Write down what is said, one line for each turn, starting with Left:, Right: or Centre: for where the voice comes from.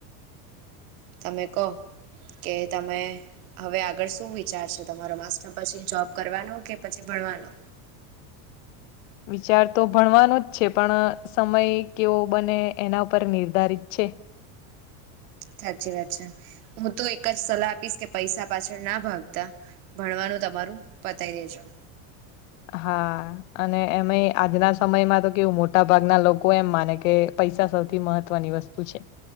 Right: તમે કહો કે તમે હવે આગળ શું વિચાર છે તમારો માસ્ટર પછી જોબ કરવાનો કે પછી ભણવાનો
Left: વિચાર તો ભણવાનો જ છે પણ સમય કેવો બને એના પર નિર્ધારિત છે
Right: સાચી વાત છે હું તો એક જ સલાહ આપીશ કે પૈસા પાછળ ના ભાવતા ભણવાનું તમારું પતાવી દેજો
Left: હા અને એમય આજના સમયમાં તો કેવું મોટા ભાગના લોકો એમ માને કે પૈસા સૌથી મહત્વ ત્ની વસ્તુ છે